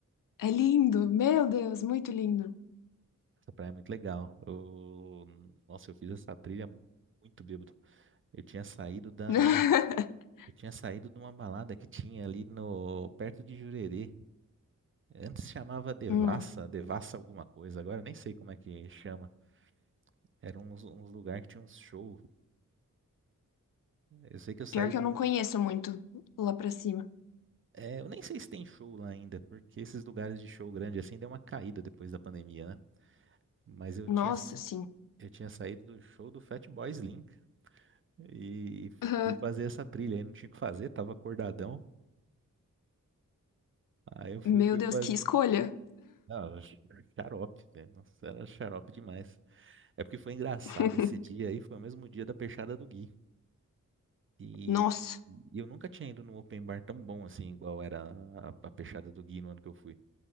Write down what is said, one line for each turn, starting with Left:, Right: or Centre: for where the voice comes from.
Left: É lindo. Meu Deus, muito lindo.
Right: Essa praia é muito legal. Eu... Nossa, eu fiz essa trilha muito bêbado. Eu tinha saído da.
Left: <laughs>
Right: Eu tinha saído de uma balada que tinha ali no perto de Jurerê. Antes chamava Devassa,
Left: Hum,
Right: Devassa alguma coisa. Agora eu nem sei como é que chama. Era uns, uns lugar que tinha uns show. Eu sei que eu saí
Left: pior que
Right: do.
Left: eu não conheço muito lá pra cima.
Right: É, eu nem sei se tem show lá ainda, porque esses lugares de show grande assim deu uma caída depois da pandemia, né? Mas eu
Left: Nossa,
Right: tinha,
Left: sim.
Right: eu tinha saído do show do Fatboy Slim, E,
Left: Aham.
Right: fui fazer essa trilha. Aí não tinha o que fazer, tava acordadão. Aí eu fui,
Left: Meu
Right: fui
Left: Deus,
Right: fazer.
Left: que escolha.
Right: Ah, xarope, velho. Nossa, era xarope demais. É porque foi engraçado
Left: <laughs>
Right: esse dia aí, foi o mesmo dia da peixada do Gui. E,
Left: Nossa.
Right: e eu nunca tinha ido num open bar tão bom assim, igual era a, a peixada do Gui no ano que eu fui.